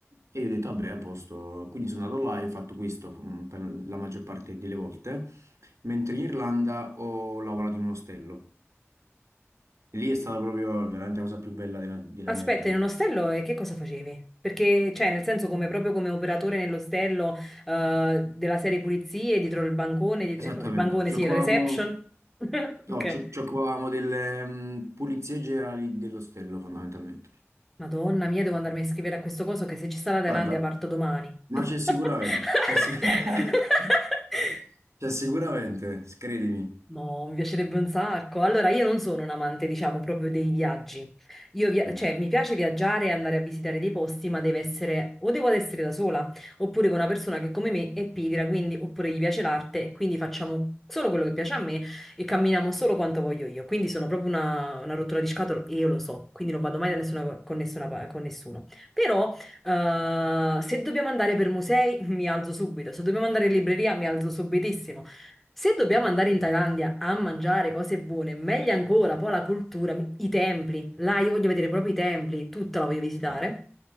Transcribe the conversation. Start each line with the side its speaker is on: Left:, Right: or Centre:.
Right: E io ho detto, vabbè, a posto. Quindi sono andato là e ho fatto questo mm, per la maggior parte delle volte, mentre in Irlanda ho lavorato in un ostello. E lì è stata proprio veramente la cosa più bella della, della
Centre: Aspetta,
Right: mia vita.
Centre: in un ostello e che cosa facevi? Perché, cioè, nel senso, come proprio come operatore nell'ostello eh, della serie pulizie, dietro il bancone, di-
Right: Esattamente,
Centre: eh, no, il bancone,
Right: giocavamo,
Centre: sì, la reception. <laughs>
Right: no,
Centre: Ok.
Right: gio- giocavamo delle mh, pulizie generali dell'ostello fondamentalmente.
Centre: Madonna mia, devo andarmi a scrivere a questo coso che se ci sta la Thailandia
Right: Guarda,
Centre: parto domani.
Right: ma
Centre: <laughs>
Right: c'è sicuramente, c'è sic- <laughs> c'è sicuramente, credimi.
Centre: No, mi piacerebbe un sacco. Allora, io non sono un amante, diciamo, proprio dei viaggi. Io via-
Right: Mm.
Centre: cioè, mi piace viaggiare e andare a visitare dei posti, ma deve essere, o devo ad essere da sola, oppure con una persona che come me è pigra, quindi, oppure gli piace l'arte, e quindi facciamo solo quello che piace a me e camminiamo solo quanto voglio io. Quindi sono proprio una, una rottura di scatole e io lo so, quindi non vado mai da nessuna- con, nessuna pa- con nessuno. Però, eh, se dobbiamo andare per musei, <laughs> mi alzo subito. Se dobbiamo andare in libreria, mi alzo subitissimo. Se dobbiamo andare in Thailandia a mangiare cose buone, meglio ancora, poi la cultura, mi- i templi. Là io voglio vedere proprio i templi, tutta la voglio visitare.
Right: Ma-